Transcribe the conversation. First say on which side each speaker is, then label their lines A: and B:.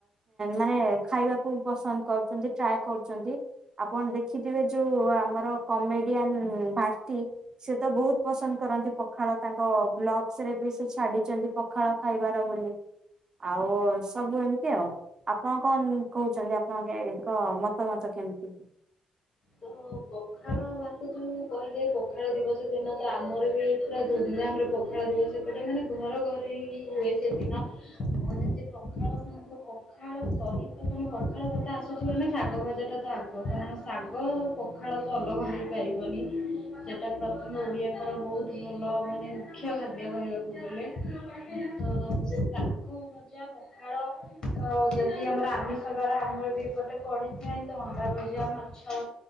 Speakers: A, on the right (about 30°); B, on the left (about 30°).
A: ମାନେ ଖାଇବାକୁ ପସନ୍ଦ କରୁଛନ୍ତି, ଟ୍ରାଏ କରୁଛନ୍ତି। ଆପଣ ଦେଖିଥିବେ ଯୋଉ ଆମର କମେଡିଆନ ଭାର୍ତି ସେ ତ ବହୁତ ପସନ୍ଦ କରନ୍ତି ପଖାଳ ତାଙ୍କ ବ୍ଲଗ୍ସ ରେ ବି ସେ ଛାଡିଛନ୍ତି ପଖାଳ ଖାଇବାର ବୋଲି ଆଉ ସବୁ ଏମିତି ଆଉ। ଆପଣ କଣ କହୁଛନ୍ତି ଆପଣଙ୍କ ଏକ ମତା ମତ କେମିତି?
B: ତ ପଖାଳ ଭାତ ଯୋଉ କହିଲେ ପଖାଳ ଦିବସ ଦିନ ତ ଆମର ବି ପୁରା ଧୁମଧାମରେ ପ ଖାଳ ଦିବସ ଏପଟେ ମାନେ ଘର ଘରେ ହିଁ ହୁଏ ସେଦିନ। ଆଉ ଯେମିତି ପଖାଳ ସାଙ୍ଗକୁ ପଖାଳ ସହିତ ମାନେ ପଖାଳ କଥା ଆସୁଛି ମାନେ ଶାଗ ଭଜା ଟା ତ ଆଗ କାରଣ ଶା ଗ ପଖାଳ ତ ଅଲଗା ହେଇପାରିବନି। ସେଇଟା ପ୍ରଥମେ ଓଡ଼ିଆଙ୍କର ବହୁତ ଭଲ ମାନେ ମୁଖ୍ୟ ଖାଦ୍ୟ କହିବାକୁ ଗଲେ। ତ ସାଗୁ ଭଜା ପଖାଳ ତ ଯଦି ଆମର ଆମିଷ ବାର ଆମର ବି ଏପଟେ ପଡିଥାଏ ତ ଅଣ୍ଡା ଭଜଆ ମା ଛଅ